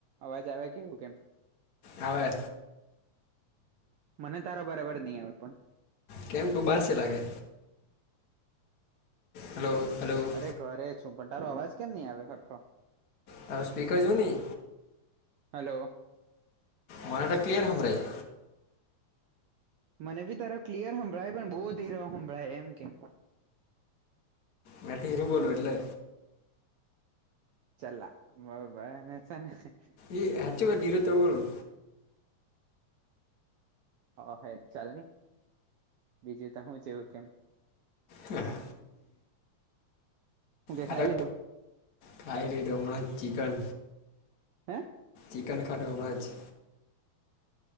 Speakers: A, on the right; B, on the left.
A: અવાજ આવે કેવું કેમ.
B: આવે.
A: મને તારા બરાબર નહી આવે પણ.
B: કેમ ટું બહારસે લાગે. Hello hello.
A: અરે ઘરે છું પણ તારો અવાજ કેમ ની આવે હરખો.
B: તારૂ સ્પીકર જો ની.
A: હલો.
B: મનેતો ક્લિયર હભરાય.
A: મને બી તારો ક્લિયર હંભળાય પણ બહુ ધીરા હભળાય એમ કેમ.
B: મેં ઘીરૂ બોલું એટલે.
A: ચલા મારો ભાઈ એને છે ને.
B: એ હચું વ ધીરો બોલુ.
A: ઓ હ ચાલ ન બીજું તો હું જેવું કેમ.
B: હે હા.
A: તે
B: આ
A: ખાઈ
B: તો
A: લીધું.
B: ખાઈ લીઘુ હમણા જ ચિકન.
A: હે?
B: કન ખાઘુ માં છે